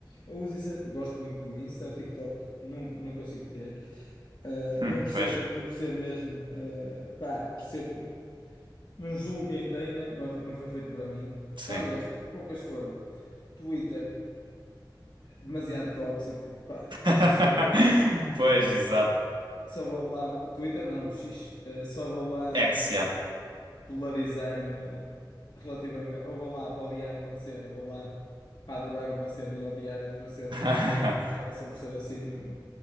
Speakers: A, on the left (about 60°); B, on the right (about 75°).
A: Eu uso, isso- gosto muito do Insta, o TikTok não, não consigo ter, Eh,
B: Hum,
A: não percebo,
B: pois,
A: não percebo mesmo, eh, pá, percebo. Não julgo quem tenha, não, é- não foi feito para mim.
B: sim.
A: Aliás, poucas foram. Twitter, demasiado tóxico, pá,
B: <laughs>
A: só vou,
B: Pois,
A: só,
B: exato.
A: só vou lá, Twitter não, X, eh, só vou lá
B: Ex, yeah.
A: polarizar-me relativamente, ou vou lá para odiar uma cena, ou vou lá para adorar uma cena e odiar outra cena
B: <laughs>
A: na mesma, acaba sempre por ser assim, não,